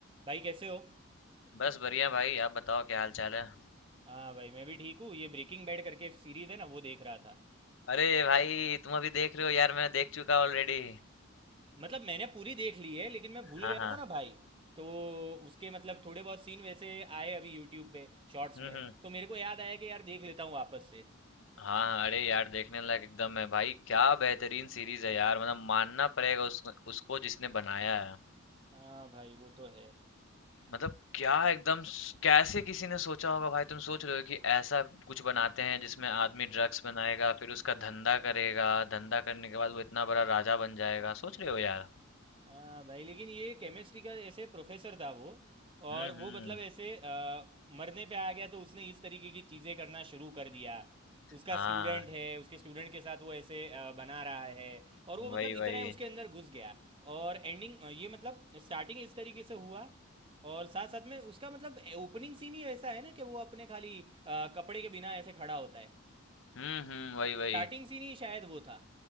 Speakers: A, on the right; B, on the left.
A: भाई कैसे हो
B: बस बढ़िया भाई आप बताओ क्या हाल चाल है
A: हाँ भाई मैं भी ठीक हूँ ये ब्रेकिंग बैड करके सीरीज है ना वो देख रहा था
B: अरे भाई तुम अभी देख रहे हो यार मैं देख चुका ऑलरेडी
A: मतलब मैंने पूरी देख ली है लेकिन मैं भूल
B: हाँ
A: गया
B: हाँ
A: था ना भाई तो उसके मतलब थोड़े बहुत सीन वैसे आए अभी यूट्यूब पे शॉर्ट्स
B: हम्म
A: में
B: हम्म
A: तो मेरे को याद आया कि यार देख लेता हूँ वापस से
B: हाँ हाँ, अरे यार देखने लायक एकदम है भाई क्या बेहतरीन सीरीज है यार मतलब मानना पड़ेगा उस, उसको जिसने बनाया है
A: हाँ भाई वो तो है
B: मतलब क्या एकदम स- कैसे किसी ने सोचा होगा भाई तुम सोच रहे हो कि ऐसा कुछ बनाते हैं जिसमें आदमी ड्रग्स बनाएगा फिर उसका धंधा करेगा धंधा करने के बाद वो इतना बड़ा राजा बन जाएगा सोच रहे हो यार
A: हाँ भाई लेकिन ये केमिस्ट्री का ऐसे प्रोफेसर था वो और
B: हम्म
A: वो
B: हम्म
A: मतलब ऐसे अ, मरने पे आ गया तो उसने इस तरीके की चीज़ें करना शुरू कर दिया उसका
B: हाँ
A: स्टूडेंट है उसके स्टूडेंट के साथ वो ऐसे अ, बना रहा है और वो मतलब
B: वही वही
A: इतना है उसके अंदर घुस गया और एंडिंग ये मतलब स्टार्टिंग इस तरीके से हुआ और साथ साथ में उसका मतलब ओपनिंग सीन ही ऐसा है ना कि वो अपने खाली अ, कपड़े के बिना ऐसे खड़ा होता है
B: हम्म हम्म वही वही
A: स्टार्टिंग सीन ही शायद वो था